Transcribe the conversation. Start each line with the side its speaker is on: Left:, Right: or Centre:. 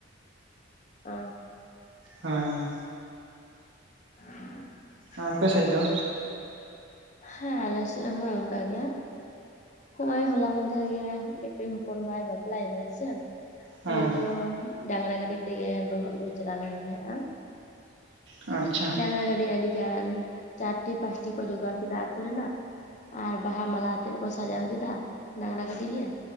Left: ᱳ
Right: ᱦᱮᱸ
Left: <inaudible>
Right: ᱟᱨ ᱟᱯᱮ ᱥᱮᱫ ᱫᱚ
Left: ᱦᱮᱸ ᱟᱞᱮ ᱥᱮᱫ ᱦᱚᱸ ᱚᱱᱠᱟ ᱜᱮ ᱦᱚᱜᱼᱚᱭ ᱦᱚᱞᱟ ᱢᱟᱸᱫᱷᱮᱨ ᱜᱮ ᱢᱤᱫᱴᱮᱱ ᱦᱚᱯᱚᱱ ᱵᱟᱭ ᱵᱟᱯᱞᱟᱭᱮᱱᱟ ᱥᱮ
Right: ᱦᱮᱸ
Left: ᱩᱱᱤ ᱫᱚ ᱰᱟᱝᱨᱟ ᱜᱟᱹᱰᱤ ᱛᱮᱜᱮ ᱵᱟᱹᱦᱩ ᱟᱹᱜᱩᱭ ᱪᱟᱞᱟᱣ ᱞᱮᱱ ᱛᱟᱦᱮᱸᱜᱼᱟ᱾
Right: ᱟᱪᱪᱷᱟ
Left: ᱰᱟᱝᱨᱟ ᱜᱟᱹᱰᱤ ᱟᱹᱰᱤ ᱜᱟᱱ ᱪᱟᱨᱴᱤ ᱯᱟᱸᱪᱴᱤ ᱠᱚ ᱡᱚᱜᱟᱲ ᱠᱮᱫᱟ ᱟᱹᱛᱩ ᱨᱮᱱᱟᱜ ᱟᱨ ᱵᱟᱦᱟ ᱢᱟᱞᱟ ᱟᱛᱮᱜ ᱠᱚ ᱥᱟᱡᱟᱣ ᱠᱮᱫᱟ ᱰᱟᱝᱨᱟ ᱜᱟᱹᱰᱤ ᱜᱮ